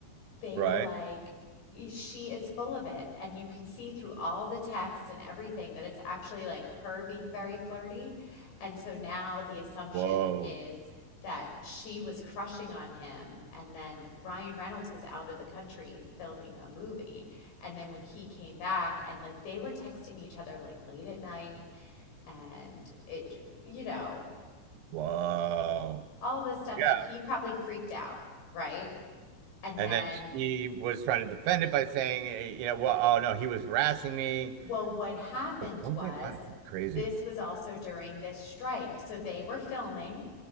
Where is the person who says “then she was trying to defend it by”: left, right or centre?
Right